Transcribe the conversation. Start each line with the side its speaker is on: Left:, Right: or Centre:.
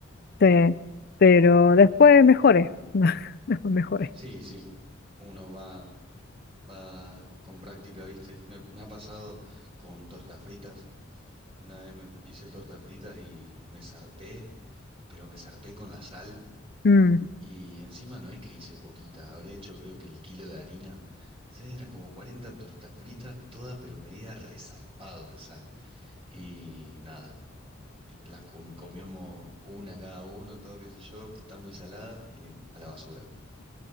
Left: sí, pero
Right: Me-
Left: después mejoré, <laughs> después mejoré.
Right: sí, sí, uno va, va con práctica, ¿viste? Me, me ha pasado con tortas fritas. Una vez me hice tortas fritas y me zarpé, pero me zarpé con la sal.
Left: Mm.
Right: Y encima no es que hice poquita, habré hecho creo que el kilo de harina. O sea, eran como 40 tortas fritas, todas pero medida resarpado en sal. Y nada, las com- comíamos una cada uno, todo qué sé yo, está muy salada y a la basura.